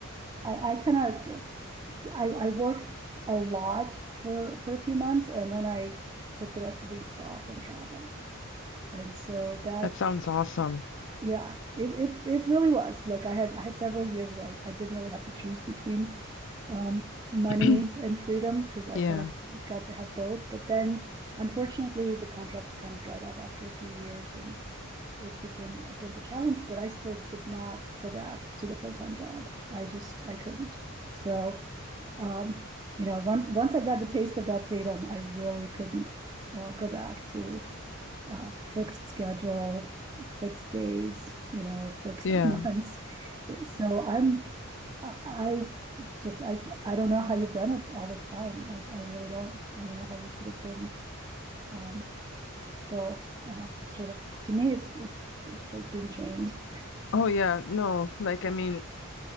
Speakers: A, on the right; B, on the left.
A: I, I kind of, I, I worked a lot for, for a few months and then I took the rest of the year off and traveled. And so that
B: That sounds awesome.
A: Yeah, it, it it really was. Like I had I had several years where I, I didn't really have to choose between um money
B: <clears throat>
A: and freedom because I
B: Yeah.
A: kind of got to have both. But then unfortunately the contracts kind of dried up after a few years and it became a bit of a challenge, but I still did not go back to the full-time job. I just I couldn't. So um, you know, once once I got the taste of that freedom, I really couldn't uh, go back to uh, fixed schedule, fixed days, you know, fixed
B: Yeah.
A: <laughs> months. So I'm, I- just, I, I don't know how you've done it all this time. I, I really don't. I don't know how you could have been, um, still, uh, sort of, to me, it's, it, it's like being chained.
B: Oh, yeah. No, like, I mean,